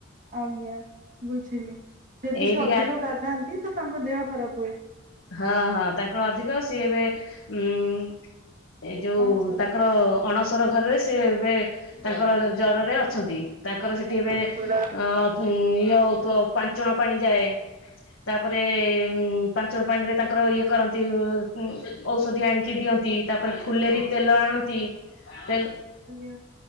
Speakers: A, on the right; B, on the left.
A: ଆଜ୍ଞା ବୁଝିଲି ଯେହେତୁ
B: ଏଇଠି
A: ସେ ଅଧିକ
B: ଗା
A: ଗାଧାନ୍ତି, ତ ତାଙ୍କ ଦେହ ଖରାପ ହୁଏ।
B: ହଁ ହଁ ତାଙ୍କର ଅଧିକ ସିଏ ଏବେ ଉଁ ଏ ଯୋଉ
A: ଅଣସର
B: ତାଙ୍କର ଅଣସର ଘରରେ ସେ ଏବେ ତାଙ୍କର ଜରରେ ଅଛନ୍ତି। ତାଙ୍କର ସେଇଠି
A: ଆଜ୍ଞା।
B: ଏବେ ଅ ଇଏ ହଉଥିବ ପାଞ୍ଚଣ ପାଣି ଯାଏ। ତାପରେ ଉ ପାଞ୍ଚଳ ପାଣିରେ ତାଙ୍କର ଇଏ କରନ୍ତି। ନ୍ତି, ଔଷଧି ଆଣିକି ଦିଅନ୍ତି ତାପରେ ଫୁଲେରି ତେଲ ଆଣନ୍ତି ତେଲ
A: ଆଜ୍ଞା